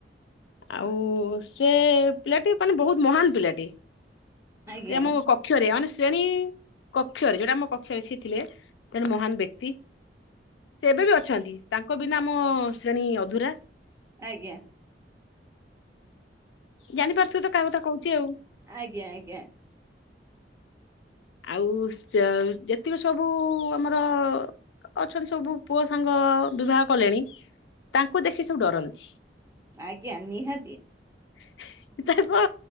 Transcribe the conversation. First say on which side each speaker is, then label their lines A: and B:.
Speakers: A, on the left; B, on the right.
A: ଆଉ ସେ ପିଲାଟି ମାନେ ବହୁତ ମହାନ୍ ପିଲାଟେ।
B: ଆଜ୍ଞା
A: ସେ ଆମ କକ୍ଷରେ ଅନେସ ତେଣୀ <unintelligible> କକ୍ଷରେ ଯୋଉଟା ଆମ କକ୍ଷରେ ସିଏ ଥିଲେ। ଜଣେ ମହାନ୍ ବ୍ୟକ୍ତି। ସେ ଏବେ ବି ଅଛନ୍ତି ତାଙ୍କ ବିନା ମୋ ଶ୍ରେଣୀ ଅଧୁରା।
B: ଆଜ୍ଞା।
A: ଜାଣିପାରୁଥିବେ ତ କାହା କଥା କୋହୁଚି ଆଉ।
B: ଆଜ୍ଞା ଆଜ୍ଞା
A: ଆଉ ସେ ଯେତିକି ସବୁ ଆମର ଅଛନ୍ତି ସବୁ ପୁଅ ସାଙ୍ଗ ବିବାହ କଲେଣି ତାଙ୍କୁ ଦେଖି ସବୁ ଡରନ୍ତି।
B: ଆଜ୍ଞା ନିହାତି।
A: <unintelligible> ତାଙ୍କ